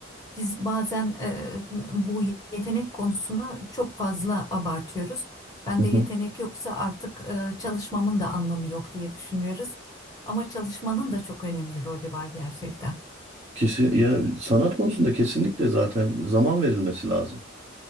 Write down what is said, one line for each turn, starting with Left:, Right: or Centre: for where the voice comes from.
Left: biz bazen e, bu yetenek konusunu çok fazla abartıyoruz. Bende
Right: Hı hı.
Left: yetenek yoksa artık e, çalışmamın da anlamı yok diye düşünüyoruz. Ama çalışmanın da çok önemli rolü var gerçekten.
Right: Kesin, ya sanat konusunda kesinlikle zaten zaman verilmesi lazım.